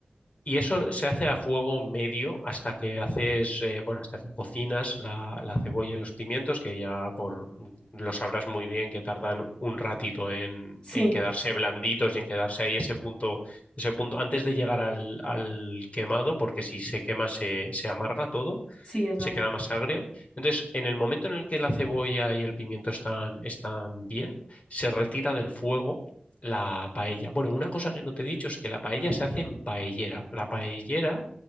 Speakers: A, on the left (about 45°); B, on the left (about 30°).
A: y eso se hace a fuego medio hasta que haces, eh, bueno, hasta que cocinas la, la cebolla y los pimientos, que ya por, mm, lo sabrás muy bien que tardan un ratito en,
B: Sí,
A: en quedarse blanditos y en quedarse ahí ese punto, ese punto antes de llegar al, al quemado, porque si se quema se, se amarga todo
B: sí, es verdad.
A: se queda más agrio. Entonces, en el momento en el que la cebolla y el pimiento están, están bien, se retira del fuego la paella. Bueno, una cosa que no te he dicho es que la paella se hace en paellera. La paellera